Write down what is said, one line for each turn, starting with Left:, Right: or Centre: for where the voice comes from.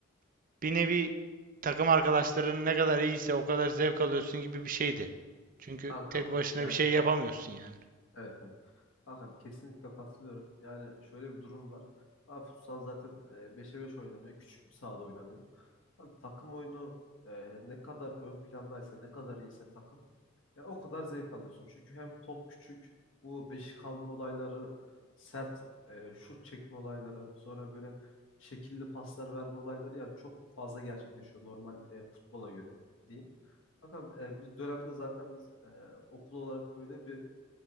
Right: bir nevi takım arkadaşların ne kadar iyiyse o kadar zevk alıyorsun gibi bir şeydi. Çünkü
Left: Kankam.
Right: tek başına
Left: Yani
Right: bir şey
Left: ki-
Right: yapamıyorsun yani.
Left: evet evet. Kankam kesinlikle katılıyorum. Yani şöyle bir durum var. Abi futsal zaten e, 5'e 5 oynanıyor. Küçük bir sahada oynanıyor. Abi takım oyunu e, ne kadar ön plandaysa, ne kadar iyiyse takım, ya o kadar zevk alıyorsun. Çünkü hem top küçük, bu beşik alma olayları, sert e, şut çekme olayları, sonra böyle şekilli paslar verme olayları yani çok fazla gerçekleşiyor normal e, futbola göre diyeyim. Bakalım e, biz dönemde zaten biz e, okul olarak böyle bir